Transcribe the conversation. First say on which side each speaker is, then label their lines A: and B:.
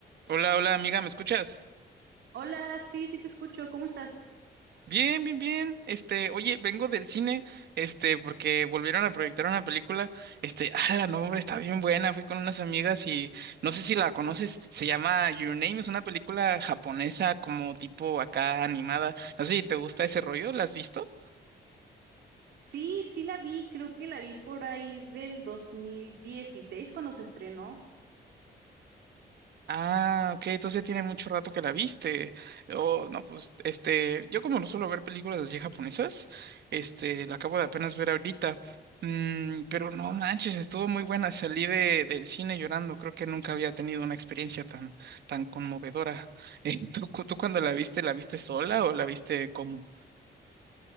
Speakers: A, on the right (about 70°); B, on the right (about 80°).
A: Hola, hola amiga, ¿me escuchas?
B: Hola, sí, sí te escucho, ¿cómo estás?
A: Bien, bien, bien. Este, oye, vengo del cine, este, porque volvieron a proyectar una película. Este, ah, la nombre está bien buena. Fui con unas amigas y no sé si la conoces. Se llama Your Name, es una película japonesa como tipo acá animada. No sé si te gusta ese rollo, ¿la has visto?
B: Sí, sí la vi, creo que la vi por ahí del 2016 cuando se estrenó.
A: Ah, ok, entonces ya tiene mucho rato que la viste. Oh, no, pues, este, yo como no suelo ver películas así japonesas, este, la acabo de apenas ver ahorita. Mm, pero no manches, estuvo muy buena. Salí de, del cine llorando. Creo que nunca había tenido una experiencia tan, tan conmovedora. <laughs> Eh, ¿tú, cu- tú cuando la viste, la viste sola o la viste como?